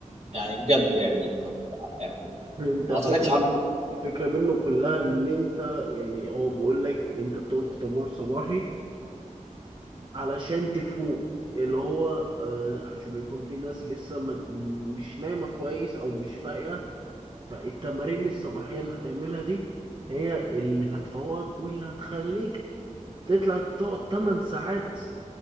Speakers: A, on the right; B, on the right.
A: يعني بجد يعني يعني
B: انت
A: ما
B: الفكرة
A: اعتقدش حد
B: من الفكرة منه كلها ان انت يعني هو بيقول لك انت بتقف في طابور صباحي علشان تفوق اللي هو آه، عشان بيكون في ناس لسه ما- مش نايمة كويس او مش فايقة فالتمارين الصباحية اللي هتعملها دي هي اللي هتفوقك واللي هتخليك تطلع تقعد 8 ساعات